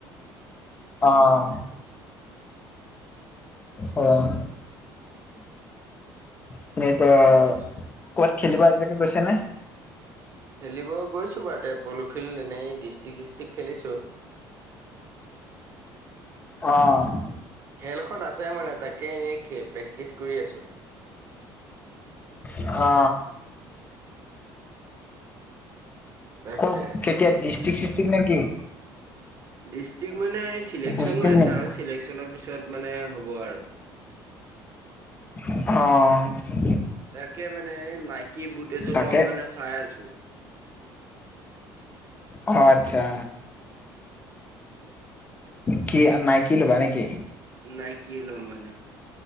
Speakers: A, on the left; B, on the right.
A: অহ। অহ উমহ। তুমি এতিয়া
B: তাকে
A: ক'ৰবাত খেলিব আজিলৈকে গৈছা নে?
B: খেলিব গৈছোঁ বাৰুতে পল'ফিল্ড এনেই ডিষ্ট্ৰিক চিষ্ট্ৰিক খেলিছোঁ।
A: অঁ।
B: খেলখন আছে মানে তাকে এনে প্ৰেক্টিচ কৰি আছোঁ।
A: অ।
B: তাকে
A: ক'ত কেতিয়া ডিষ্ট্ৰিক চিষ্ট্ৰিক নেকি?
B: ডিষ্ট্ৰিক মানে চিলেকচন
A: ডিষ্ট্ৰিক্ট
B: মেছ
A: নেকি?
B: আৰু চিলেক্ট চিলেক্টচনৰ পিছত মানে হ'ব আৰু
A: অ
B: তাকে মানে নাইকী বুট এযোৰ
A: তাকে
B: ল'ম মানে চাই আছোঁ।
A: অঁ আচ্ছা কি নাইকী ল'বা নেকি?
B: নাইকী লম মানে।